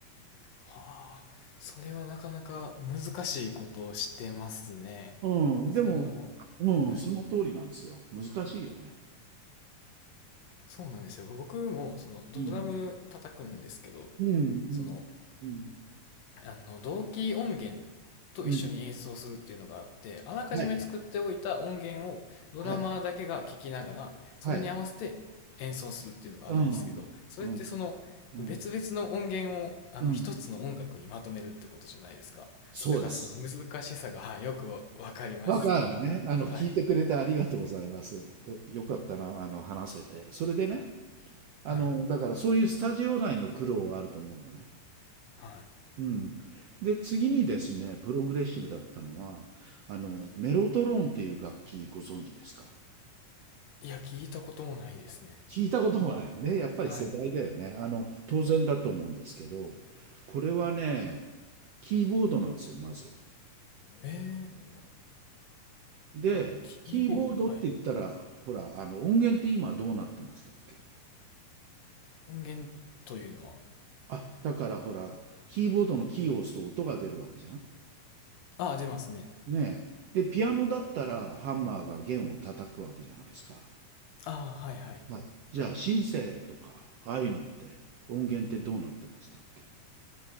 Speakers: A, on the left; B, on the right.
A: はあ、それはなかなか難しいことをしてますね。
B: うん、
A: その、
B: でも、うん、
A: はい。
B: その通りなんですよ。難しいよね。
A: そうなんですよ。僕もそのドラム叩くんですけど、
B: うん、うん、うん、
A: その、
B: うん、
A: あの同期音源と一緒に演奏するっていうのがあって、
B: うん。
A: あらかじめ作っておいた音源をドラマーだけが聞きながら、
B: はい、はい、
A: それに合わせて演奏するっていうのがあるんですけど、
B: はい。うん、
A: それってその別々の音源をあの一つの音楽にまとめるってことじゃないですか。
B: うん、うん、うん。そうです。
A: だからその難しさが、はい、よくわかります。
B: わかるね。
A: その、
B: あの、聞いてくれてありがとうございます。
A: はい、
B: うよかったな、あの、話せて。それでね、あの、
A: はい、
B: だからそういうスタジオ内の苦労はあると思うのね。
A: はい。
B: うん。で、次にですね、プログレッシブだったのは、あの、メロトロンっていう楽器ご存知ですか
A: いや、聞いたこともないですね。
B: 聞いたこともないね。やっぱり世代だよね。
A: はい。
B: あの、当然だと思うんですけど、これはね、キーボードなんですよ、まず。
A: ええ
B: で、
A: キーボード、
B: キーボードって言ったら、
A: はい。
B: ほら、あの、音源って今どうなってましたっけ
A: 音源というのは
B: あ、だからほら、キーボードのキーを押すと音が出るわけじゃん。
A: ああ、出ますね。
B: ねえ。で、ピアノだったらハンマーが弦を叩くわけじゃないですか。
A: ああ、はいはい。
B: はい。じゃあ、シンセとか、ああいうのって音源ってどうなってましたっけ